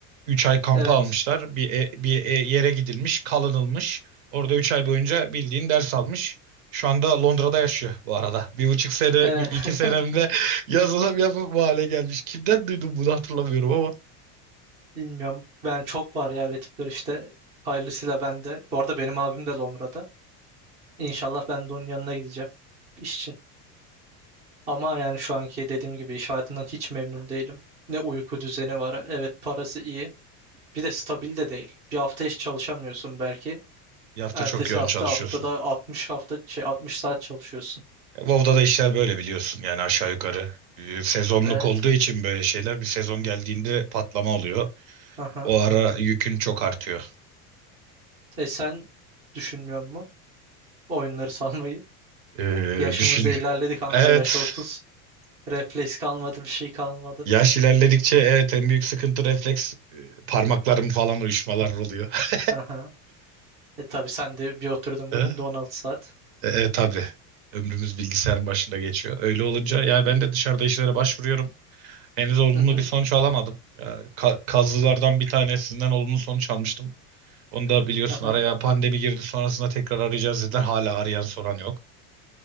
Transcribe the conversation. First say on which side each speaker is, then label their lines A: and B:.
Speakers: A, on the right; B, on the right.
A: 3 ay kampı
B: evet.
A: almışlar. Bir, e- bir e- yere gidilmiş, kalınılmış. Orada 3 ay boyunca bildiğin ders almış. Şu anda Londra'da yaşıyor bu arada. Bir buçuk sene,
B: Ee,
A: iki senemde <laughs> yazılım yapıp bu hale gelmiş. Kimden duydum bunu hatırlamıyorum ama.
B: <laughs> bilmiyorum. Ben çok var ya öyle tipler işte. Hayırlısıyla ben de. Bu arada benim abim de Londra'da. İnşallah ben de onun yanına gideceğim iş için. Ama yani şu anki dediğim gibi iş hayatından hiç memnun değilim. Ne uyku düzeni var. Evet parası iyi. Bir de stabil de değil. Bir hafta hiç çalışamıyorsun belki.
A: Bir hafta
B: Ertesi
A: çok yoğun
B: hafta
A: çalışıyorsun.
B: haftada 60 hafta şey 60 saat çalışıyorsun.
A: WoW'da da işler böyle biliyorsun yani aşağı yukarı. Ee, Sezonluk
B: Evet.
A: olduğu için böyle şeyler bir sezon geldiğinde patlama oluyor.
B: Aha.
A: O ara yükün çok artıyor.
B: E sen düşünmüyor musun oyunları salmayı?
A: Ee,
B: Yaşımızda
A: düşün.
B: ilerledi
A: <laughs>
B: kanka.
A: Evet.
B: Yaş 30. Refleks kalmadı, bir şey kalmadı.
A: Yaş ilerledikçe evet en büyük sıkıntı refleks e, parmaklarım falan uyuşmalar oluyor. <laughs>
B: Aha. E tabii sen de bir oturdun mu
A: E,
B: günde 16 saat.
A: e, tabii. Ömrümüz bilgisayarın başında geçiyor. Öyle olunca ya ben de dışarıda işlere başvuruyorum. Henüz olumlu
B: Hı hı.
A: bir sonuç alamadım. Ya, ka- kazılardan bir tanesinden olumlu sonuç almıştım. Onu da biliyorsun
B: Aha.
A: araya pandemi girdi sonrasında tekrar arayacağız dediler. Hala arayan soran yok.